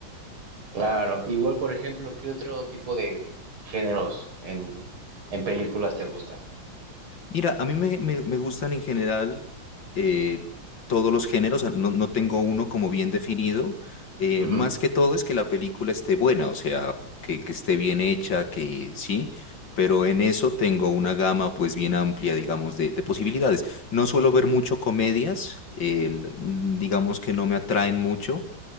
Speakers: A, on the right (about 85°); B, on the left (about 60°).
A: Claro, igual por ejemplo, ¿qué otro tipo de géneros en, en películas te gustan?
B: Mira, a mí me, me- me gustan en general eh, todos los géneros, o sea, no, no tengo uno como bien definido. eh,
A: Ujú.
B: más que todo es que la película esté buena, o sea, que, que esté bien hecha, que sí, pero en eso tengo una gama pues bien amplia, digamos, de, de posibilidades. No suelo ver mucho comedias, el- mm, digamos que no me atraen mucho,